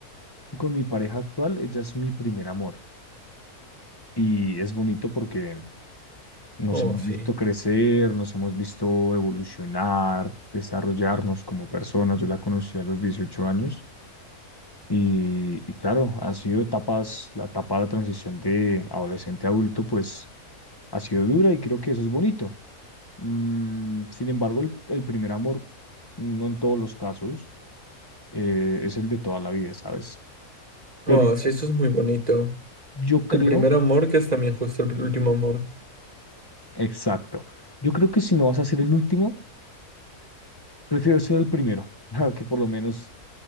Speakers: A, on the left; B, on the right.
A: con mi pareja actual, ella es mi primer amor. Y es bonito porque nos
B: Oh,
A: hemos
B: sí.
A: visto crecer, nos hemos visto evolucionar, desarrollarnos como personas. Yo la conocí a los 18 años. Y, y claro, ha sido etapas, la etapa de transición de adolescente a adulto, pues ha sido dura y creo que eso es bonito. Mm, sin embargo, el, el primer amor, no en todos los casos, eh, es el de toda la vida, ¿sabes? Pero
B: Oh,
A: igual
B: sí, eso es muy bonito.
A: yo creo,
B: El primer amor que es también justo el último amor.
A: exacto, yo creo que si no vas a ser el último, prefiero ser el primero, <laughs> para que por lo menos